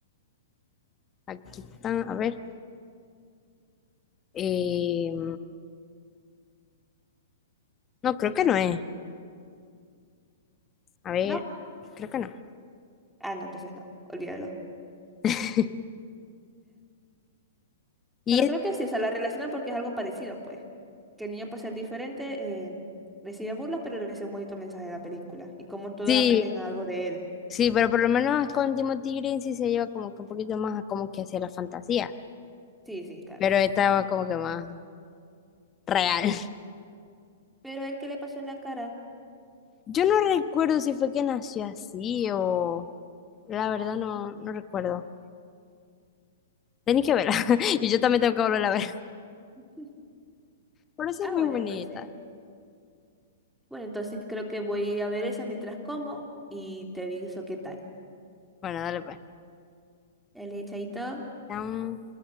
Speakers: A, on the left (about 25°); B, in the centre.
A: Aquí están, a ver. Em, no, creo que no es. A ver,
B: ¿No?
A: creo que no.
B: Ah, no, entonces no. Olvídalo.
A: <laughs> Y
B: Pero
A: es-
B: creo que sí, o sea, la relacionan porque es algo parecido, pues. Que el niño, por ser diferente, eh, recibe burlas, pero recibe un bonito mensaje de la película. Y como todos
A: sí,
B: aprenden algo de él.
A: Sí, pero por lo menos con Timothy Green sí se lleva como que un poquito más a como que hacia la fantasía,
B: Sí, sí, claro.
A: pero esta es como que más real. <laughs>
B: Pero el que le pasó en la cara.
A: Yo no recuerdo si fue que nació así o... La verdad no, no recuerdo. Tenéis que verla. <laughs> Y yo también tengo que volver a ver. <laughs>
B: <laughs>
A: Pero sí
B: Ah,
A: es muy
B: bueno,
A: bonita.
B: entonces. Bueno, entonces creo que voy a ver esa mientras como y te aviso qué tal.
A: Bueno, dale pues.
B: El chaito.
A: Chao.